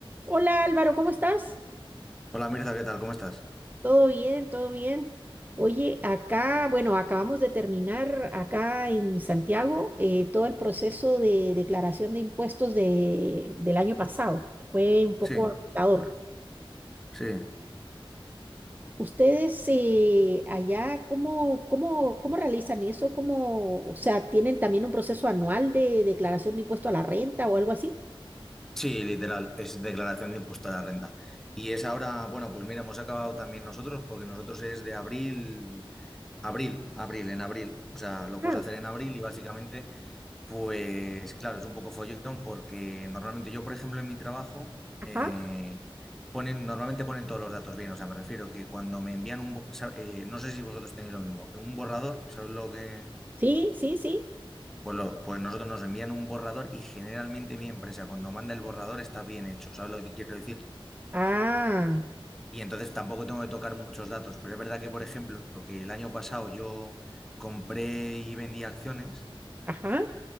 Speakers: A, on the right; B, in the centre.
A: Hola Álvaro, ¿cómo estás?
B: Hola Mirza, ¿qué tal? ¿Cómo estás?
A: Todo bien, todo bien. Oye, acá, bueno, acabamos de terminar acá en Santiago eh, todo el proceso de declaración de impuestos de, del año pasado. Fue un poco
B: Sí,
A: agotador.
B: sí,
A: ¿Ustedes eh, allá cómo, cómo, cómo realizan eso? ¿Cómo, o sea, tienen también un proceso anual de declaración de impuesto a la renta o algo así?
B: sí, literal, es declaración de impuesto a la renta. Y es ahora, bueno, pues mira, hemos acabado también nosotros porque nosotros es de abril, abril, abril, en abril. O sea, lo
A: Ah,
B: puedes hacer en abril y básicamente, pues claro, es un poco follón porque normalmente yo, por ejemplo, en mi trabajo,
A: ajá.
B: eh, ponen, normalmente ponen todos los datos bien. O sea, me refiero que cuando me envían un, bo- sa- eh, no sé si vosotros tenéis lo mismo, un borrador, ¿sabes lo que...
A: Sí, sí, sí.
B: Pues, lo- pues nosotros nos envían un borrador y generalmente mi empresa cuando manda el borrador está bien hecho, ¿sabes lo que quiero decir?
A: Ah,
B: Y entonces tampoco tengo que tocar muchos datos, pero es verdad que, por ejemplo, que el año pasado yo compré y vendí acciones,
A: ajá.